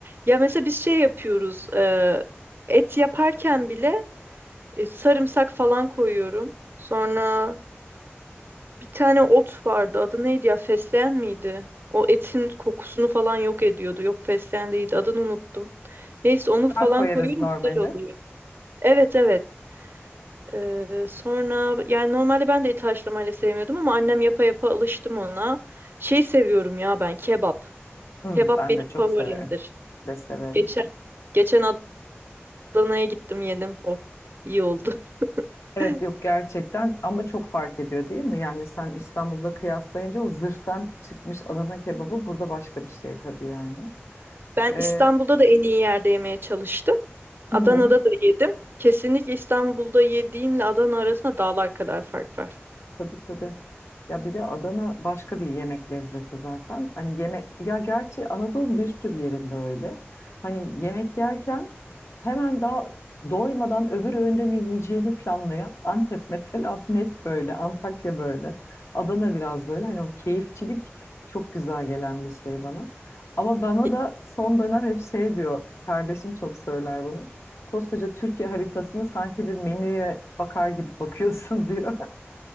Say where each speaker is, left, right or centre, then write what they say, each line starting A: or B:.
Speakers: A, on the right; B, on the left.
A: Ya mesela biz şey yapıyoruz. e, et yaparken bile e, sarımsak falan koyuyorum. Sonra Bir tane ot vardı. Adı neydi ya? Fesleğen miydi? O etin kokusunu falan yok ediyordu. Yok fesleğen değildi. Adını unuttum. Neyse onu falan
B: Daha koyarız
A: koyuyorum
B: normalde.
A: güzel oluyor. Evet evet. Ee, sonra yani normalde ben de eti haşlamayla sevmiyordum ama annem yapa yapa alıştım ona. Şey seviyorum ya ben kebap.
B: Hı,
A: Kebap
B: ben
A: benim
B: de çok
A: favorimdir.
B: severim. De severim.
A: Geçen geçen Adana'ya gittim yedim. Oh iyi oldu.
B: Evet
A: <laughs>
B: yok gerçekten ama çok fark ediyor değil mi? Yani sen İstanbul'da kıyaslayınca o zırhtan çıkmış Adana kebabı burada başka bir şey tabii yani.
A: Ben
B: Ee,
A: İstanbul'da da en iyi yerde yemeye çalıştım.
B: hı
A: Adana'da
B: hı,
A: da yedim. Kesinlikle İstanbul'da yediğimle Adana arasında dağlar kadar fark var.
B: tabii tabii. Ya bir de Adana başka bir yemek lezzeti zaten. Hani yemek ya gerçi Anadolu'nun bir sürü yerinde öyle. Hani yemek yerken hemen daha doymadan öbür öğünde ne yiyeceğini planlayan Antep mesela <laughs> net böyle, Antakya böyle, Adana biraz böyle. Hani o keyifçilik çok güzel gelen bir şey bana. Ama bana
A: <laughs>
B: da son dönem hep şey diyor, kardeşim çok söyler bunu. Koskoca Türkiye haritasını sanki bir menüye bakar gibi bakıyorsun <laughs> diyor.